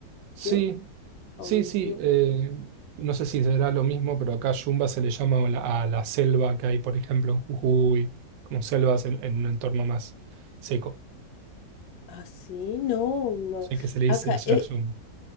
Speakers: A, on the right; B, on the left.
A: Sí,
B: Y o
A: sí,
B: Y.
A: sí. eh, no sé si será lo mismo, pero acá Yumba se le llama a la, a la selva que hay, por ejemplo, en Jujuy, como selvas en, en un entorno más seco.
B: Así, no, no.
A: Sé que se le dice
B: Acá,
A: allá
B: eh,
A: Yumba.